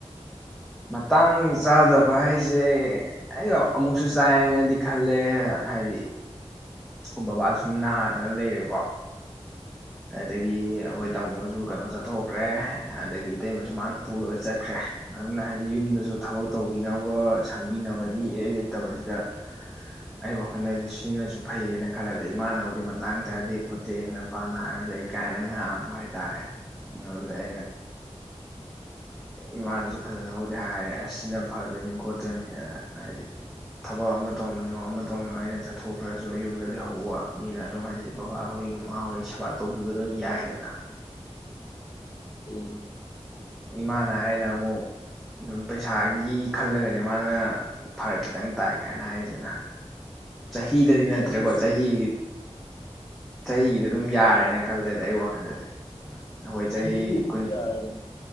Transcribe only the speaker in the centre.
ꯃꯇꯥꯡ ꯆꯥꯗꯕ ꯍꯥꯏꯁꯦ ꯑꯩ ꯑꯃꯨꯛꯁꯨ ꯆꯥꯏꯅꯗꯤ ꯈꯜꯂꯦ ꯍꯥꯏꯗꯤ ꯎꯝ ꯕꯕꯥꯁꯨ ꯅꯥꯗꯅ ꯂꯩꯔꯦꯀꯣ ꯑꯗꯨꯗꯒꯤ ꯑꯩꯈꯣꯏ ꯇꯥꯃꯣꯁꯨ ꯀꯩꯅꯣ ꯆꯠꯊꯣꯛꯈ꯭ꯔꯦ ꯑꯗꯒꯤ ꯏꯇꯩꯃꯁꯨ ꯃꯥꯅ ꯄꯨꯔꯒ ꯆꯠꯈ꯭ꯔꯦ ꯑꯗꯨꯅ ꯍꯥꯏꯗꯤ ꯌꯨꯝꯗꯁꯨ ꯊꯕꯛ ꯇꯧꯕꯤꯅꯕ ꯁꯪꯕꯤꯅꯕ ꯃꯤ ꯏꯔꯩ ꯂꯩꯇꯕꯁꯤꯗ ꯑꯩ ꯋꯥꯈꯜꯗꯗꯤ ꯁꯤꯅꯁꯨ ꯐꯩꯌꯦꯅ ꯈꯜꯂꯦ ꯑꯗ ꯏꯃꯥꯅꯕꯨꯗꯤ ꯃꯇꯥꯡ ꯆꯥꯗꯦ ꯈꯣꯠꯇꯦꯅꯄꯥ ꯅꯥꯔ ꯂꯩ ꯀꯥꯏꯅ ꯉꯥꯡꯕ ꯍꯥꯏꯇꯥꯔꯦ ꯑꯗꯨꯗ ꯑꯩꯅ ꯏꯃꯥꯅꯁꯨ ꯐꯖꯅꯍꯧꯗꯤ ꯍꯥꯏꯔꯦ ꯑꯁ ꯁꯤꯅ ꯐꯗꯣꯏꯅꯤ ꯈꯣꯠꯇꯣꯏꯅꯤꯅ ꯍꯥꯏꯗꯤ ꯊꯕꯛ ꯑꯃ ꯇꯧꯅꯤꯡꯉꯣ ꯑꯃ ꯇꯧꯅꯤꯡꯉꯣ ꯑꯩꯅ ꯆꯠꯊꯣꯛꯈ꯭ꯔꯁꯨ ꯌꯨꯝꯗ ꯂꯩꯍꯧꯕ ꯃꯤꯅ ꯑꯗꯨꯝ ꯍꯥꯏꯗꯤ ꯕꯕꯥꯍꯣꯏꯒꯤ ꯃꯃꯥꯍꯣꯏꯒꯤ ꯁꯦꯕꯥ ꯇꯧꯕꯤꯕ ꯑꯗꯨꯝ ꯌꯥꯏꯗꯅ
ꯏꯃꯥꯅ ꯍꯥꯏꯅ ꯃꯨꯛ ꯑꯗꯨꯝ ꯄꯩꯁꯥꯒꯤ ꯈꯜꯂꯒꯅꯦ ꯃꯥꯅ ꯐꯔꯛ ꯈꯤꯇꯪ ꯇꯥꯏ ꯀꯥꯏꯅ ꯍꯥꯏꯔꯤꯁꯤꯅ ꯆꯍꯤꯗꯗꯤ ꯅꯠꯇ꯭ꯔꯦꯀꯣ
ꯆꯍꯤ ꯆꯍꯤꯒꯤꯗꯤ ꯑꯗꯨꯝ ꯌꯥꯔꯦꯅ ꯈꯜꯂꯦꯗ ꯑꯩ ꯋꯥꯈꯜꯗꯗꯤ ꯑꯩꯈꯣꯏ ꯆꯍꯤ
ꯀꯨꯟ